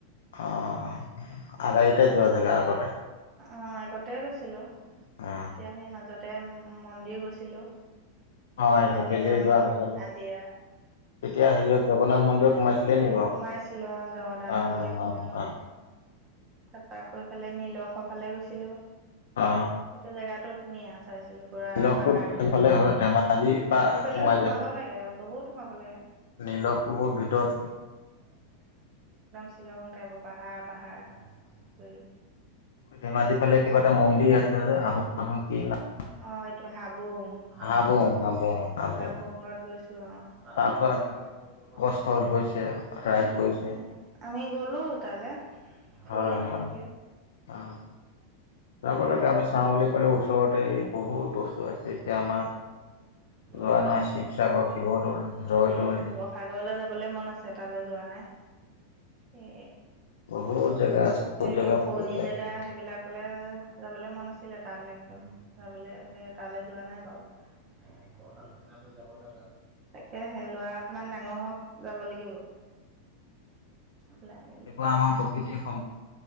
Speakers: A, on the left; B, on the right.
A: অ' আগাৰীতে যোৱা জেগা আগতে
B: অ' আগতে গৈছিলো,
A: অ
B: এতিয়া সেই মাজতে মন্দিৰ গৈছিলো।
A: অ সেইফালে
B: অগ্নিনাভ
A: যোৱা
B: মন্দিৰ
A: হৈছে ন
B: নাজিৰা।
A: তেতিয়া হেৰিয়ত জগন্নাথ মন্দিৰত সোমাইছিলে নি বাৰু
B: সোমাইছিলো অ জগন্নাথ
A: অ
B: মন্দিৰ সোমালো
A: অ অ
B: তাৰপা কৈ ফালে নীলসৰ ফালে গৈছিলো
A: অ
B: সেইটো জেগাতটো ধুনীয়া চাইছিলো পুৰা
A: নিলখটো
B: পাহাৰীয়া
A: ভালে হয় ধেমাজি পৰা
B: হেফালেও
A: সোমাই
B: সোমাব
A: যায়
B: লাগে বহুত লাগে
A: নিলখটো বৰ ভিতৰত
B: শ্বিলংকাব পাহাৰ পাহাৰ কৰি।
A: ধেমাজি ফালে কিবা এটা মন্দিৰ আছে যে আহো আহো কি নাম
B: অ' এইটো
A: হাবুং হাবুং হাবুং
B: <unintelligible> তাৰ
A: তাতো
B: পৰা আজিকালি পৰ্যটকৰ চ্বৰত
A: স্থল
B: গৈছে।
A: হৈছে ৰাইজ
B: উম, উম
A: গৈছে
B: আমি গ'লো তালে।
A: হয়
B: ফুই আহিলোগে
A: হয় অ যাব লাগে আমি চাওঁ বুলি ক'লে ওচৰতে বহুত বস্তু আছে এতিয়া আমাৰ
B: এ
A: যোৱা নহয় শিৱসাগৰ শিৱদৌল জয়দৌল
B: শিৱসাগৰলৈ যাবলে মন আছে তালৈ যোৱা নাই এ
A: বহুত জেগা আছে বহুত
B: এইটো
A: জেগা
B: পুৰণি
A: ফুৰিবলৈ
B: জেগা
A: আছে
B: সেইবিলাক তলে যাবলৈ মন আছিলে তালৈ একদম যাবলৈ সেই তালৈ যোৱা নাই বাৰু। ঘৰত আলোচনা কৰি যাব লাগে, তাকেহে ল'ৰা অকমান ডাঙৰ হওঁক। যাব লাগিব। ওলাই মেলি
A: এইবোৰ আমাৰ প্ৰকৃতিৰ সম্পদ